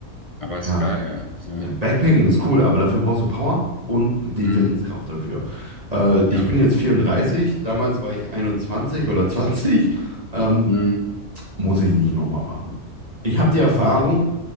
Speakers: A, on the left; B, on the right.
A: Aber ist
B: ja,
A: geil. ja. Also,
B: ja, Backpacking ist cool, aber dafür brauchst du Power und die
A: mhm.
B: Willenskraft dafür. Äh,
A: Ja.
B: ich bin jetzt 34. damals war ich 21 oder 20. Ähm,
A: Mhm.
B: muss ich nicht nochmal machen. Ich habe die Erfahrung,